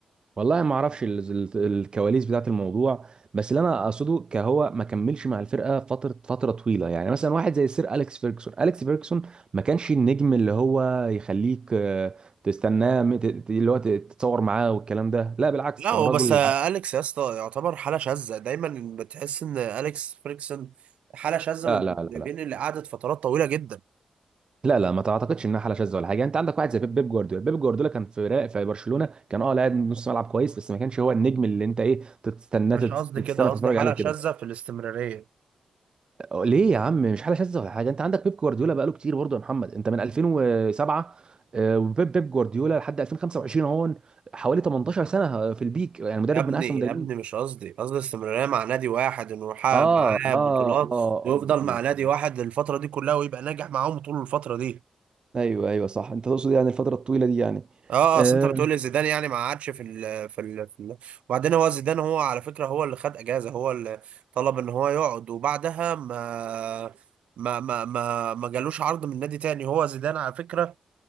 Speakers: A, on the right; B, on the right.
A: والله ما اعرفش ال- ال- الكواليس بتاعت الموضوع بس اللي انا اقصده كهو ما كملش مع الفرقه فتره فتره طويله يعني مثلا واحد زي السير اليكس فيرجسون اليكس فيرجسون ما كانش النجم اللي هو يخليك آه، تستناه م- ت- ت- اللي هو ت- تتصور معاه والكلام ده لا بالعكس
B: لا
A: كان
B: هو
A: راجل
B: بس آه،
A: ع-
B: اليكس يا اسطى يعتبر حاله شاذه دايما بتحس ان اليكس فريكسون حاله شاذه
A: لا
B: من
A: لا
B: المدربين
A: لا لا
B: اللي قعدت فترات طويله جدا
A: لا لا ما تعتقدش انها حاله شاذه ولا حاجه انت عندك واحد زي بيب بيب جوارديولا بيب جوارديولا كان في را- في برشلونه كان اه لاعب نص ملعب كويس بس ما كانش هو النجم اللي انت ايه تستناه
B: مش
A: تت-
B: قصدي
A: تستنى
B: كده قصدي
A: تتفرج
B: حالة
A: عليه وكده
B: شاذة في الاستمرارية
A: أه، ليه يا عم مش حاله شاذه ولا حاجه انت عندك بيب جوارديولا بقاله كتير برضه يا محمد انت من 2007 آه، وبيب بيب جوارديولا لحد 2025 اهو حوالي 18 سنه آه، في البيك يعني مدرب
B: يا ابني
A: من احسن المدربين
B: يا ابني مش قصدي قصدي الاستمرارية مع نادي واحد انه يحقق
A: اه
B: معاه
A: اه
B: بطولات
A: اه آه.
B: ويفضل
A: آه.
B: مع نادي واحد الفترة دي كلها ويبقى ناجح معاهم طول الفترة دي
A: ايوه ايوه صح انت تقصد يعني الفتره الطويله دي يعني
B: اه
A: آه،
B: آه، اصل انت بتقول لي زيدان يعني ما قعدش في ال في ال في ال وبعدين هو زيدان هو على فكرة هو اللي خد اجازة هو اللي طلب ان هو يقعد وبعدها ما ما ما ما ما جالوش عرض من نادي تاني هو زيدان على فكرة